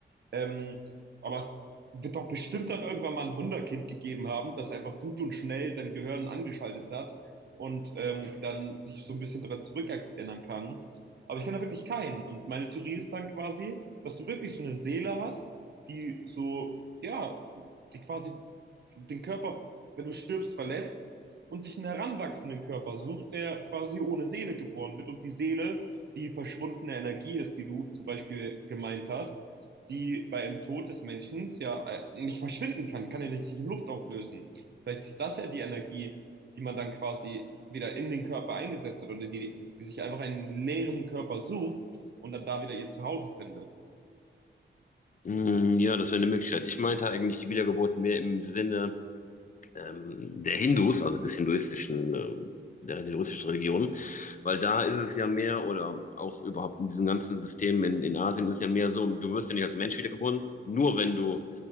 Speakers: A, on the right (about 60°); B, on the left (about 40°).
A: Ähm, aber es wird doch bestimmt dann irgendwann mal ein Wunderkind gegeben haben, das einfach gut und schnell sein Gehirn angeschaltet hat und ähm, dann sich so ein bisschen daran zurückerinnern kann. Aber ich kenne da wirklich keinen. Und meine Theorie ist dann quasi, dass du wirklich so eine Seele hast, die so, ja, die quasi den Körper, wenn du stirbst, verlässt und sich einen heranwachsenden Körper sucht, der quasi ohne Seele geboren wird und die Seele die verschwundene Energie ist, die du zum Beispiel gemeint hast, die bei einem Tod des Menschen ja äh, nicht verschwinden kann, kann ja nicht sich in Luft auflösen. Vielleicht ist das ja die Energie, die man dann quasi wieder in den Körper eingesetzt hat oder die, die sich einfach einen leeren Körper sucht und dann da wieder ihr Zuhause findet.
B: Hm, Ja, das wäre eine Möglichkeit. Ich meinte eigentlich die Wiedergeburt mehr im Sinne ähm, der Hindus, also des hinduistischen, äh, der hinduistischen Religion, weil da ist es ja mehr oder auch überhaupt in diesem ganzen System in, in Asien ist es ja mehr so, du wirst ja nicht als Mensch wiedergeboren, nur wenn du